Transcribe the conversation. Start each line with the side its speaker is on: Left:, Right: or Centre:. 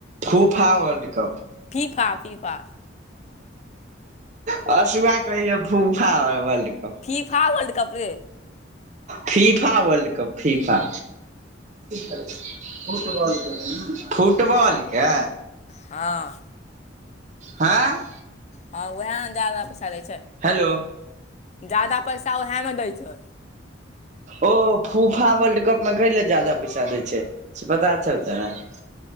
Right: फूफा वर्ल्ड कप
Left: फीफा फीफा
Right: कहैय यो फूफाल
Left: फीफा वर्लड कप रे
Right: फीफा वर्ल्ड कप फीफा फुटबॉलके फुटबॉलके
Left: हँ
Right: हँ
Left: हँ उएह ने जादा पैसा दै छै
Right: हेलो
Left: जादा पैसा उएहे मे दैय छै
Right: ओ फूफा वर्ल्ड कप में कैले जादा पैसा देै छै से पता छौ तोरा <unintelligible>